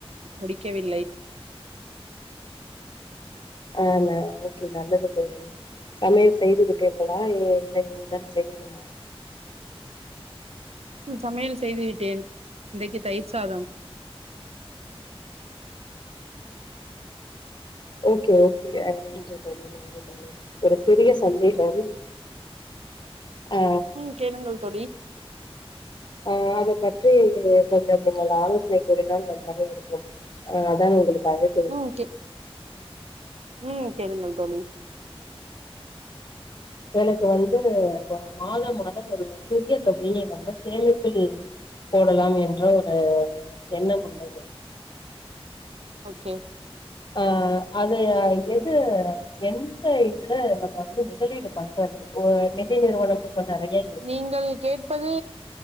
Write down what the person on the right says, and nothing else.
முடிக்கவில்லை
ம் சமையல் செய்து விட்டேன் இன்றைக்கு தயிர் சாதம்
ம் கேளுங்கள் தோழி
ஆ ஓகே ம் கேளுங்கள் தோழி
ஓகே
நீங்கள் கேட்பது